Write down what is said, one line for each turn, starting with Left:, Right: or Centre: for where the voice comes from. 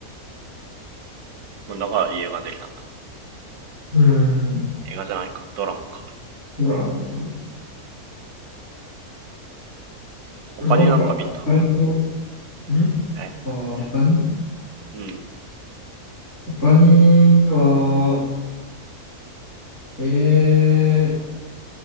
Right: もうだからいい映画にできたんだ。
Left: うーん、
Right: 映画じゃないか、ドラマか。
Left: ドラマ。多分なんか、
Right: 他になんか見た
Left: 意外と、んあー、
Right: え、
Left: 他に
Right: うん。
Left: 他には、えー、